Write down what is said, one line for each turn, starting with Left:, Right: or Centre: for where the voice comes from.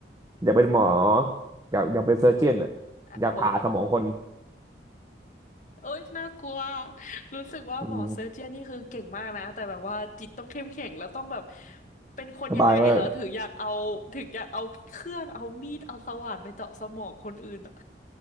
Right: อยากเป็นหมออยากอยากเป็นเซอร์เจียนอ่ะ
Left: อะโห
Right: อยากผ่าสมองคน
Left: เอ้ยน่ากลัวรู้สึกว่าหมอเซอร์เจียนนี่คือเก่งมากนะแต่แบบว่าจิตต้องเข้มแข็งแล้วต้องแบบ
Right: อืม
Left: เป็นคนยังไงเหรอถึงอยากเอาถึงอยากเอาเครื่องเอามีดเอาสว่านไปเจาะสมองคนอื่นอะ
Right: สบายมาก